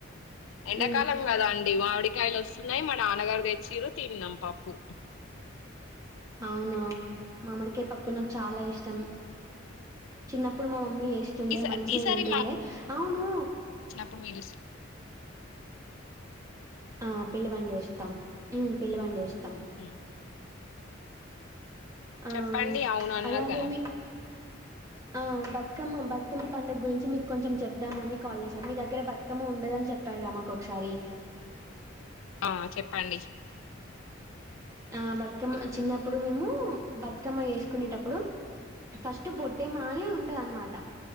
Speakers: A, on the left; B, on the right.
A: ఎండకాలం
B: ఉమ్
A: కదా అండి మా అవిడి. కాయలు వస్తున్నాయి మా నాన్నగారు తెచ్చిరు తిన్నాం పప్పు.
B: అవునా మామడికే పప్పు నాకు చాలా ఇష్టం చిన్నప్పుడు మా మమ్మీ. మమ్మీ చెస్తుండే
A: ఈసా
B: మంచిగా
A: ఈసారి
B: తింటుండే అవును.
A: ఇప్పుడు.
B: ఆ పిల్లవండి వస్తాం. ఉమ్ పిల్లివండి వస్తాం.
A: ఉమ్,
B: ఆ
A: చెప్పండి
B: అవును
A: అన్నారు
B: అలాగే
A: కదా
B: మీ అ. బతుకమ్మ బతుకమ్మ పండగ గురించి మీకు కొంచెం చెప్దామని కాల్ చేసాం మీ దగ్గర బతుకమ్మ ఉండదని చెప్పారుగాదా. మాకు ఒకసారి.
A: ఆ చెప్పండి.
B: ఆ బతుకమ్మ చిన్నప్పుడు మేము బతుకమ్మ వేసుకునేటప్పుడు. ఫస్ట్ బొడ్డెమ్మ అనే ఉంటది అనమాట